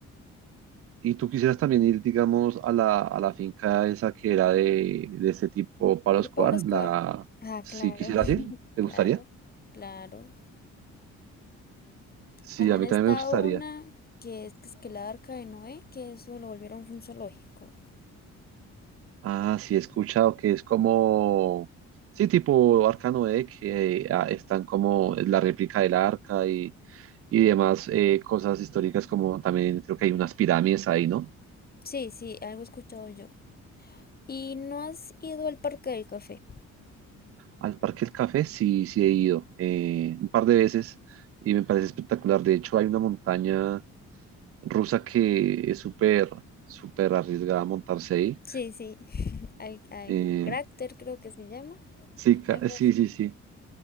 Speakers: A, on the right; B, on the left.
A: Y tú quisieras también ir, digamos, a la, a la finca esa que era de, de este tipo Pablo
B: De
A: Escobar,
B: Pablo Escobar.
A: la,
B: Ah,
A: si
B: claro,
A: quisieras
B: <laughs>
A: ir, ¿te
B: claro,
A: gustaría?
B: claro.
A: Sí,
B: También
A: a mí
B: está
A: también me gustaría.
B: una que es, que es que la Arca de Noé, que eso lo volvieron un zoológico.
A: Ah, sí, he escuchado que es como, sí, tipo Arca Noé, que ah, están como la réplica del arca y, y demás eh, cosas históricas, como también creo que hay unas pirámides ahí, ¿no?
B: Sí, sí, algo he escuchado yo. ¿Y no has ido al Parque del Café?
A: Al Parque del Café sí, sí he ido eh, un par de veces y me parece espectacular. De hecho, hay una montaña rusa que es súper, súper arriesgada montarse ahí.
B: Sí, sí, <laughs> al, al
A: Eh,
B: Cráter creo que se llama,
A: sí, ca-
B: algo
A: eh, sí,
B: así.
A: sí, sí.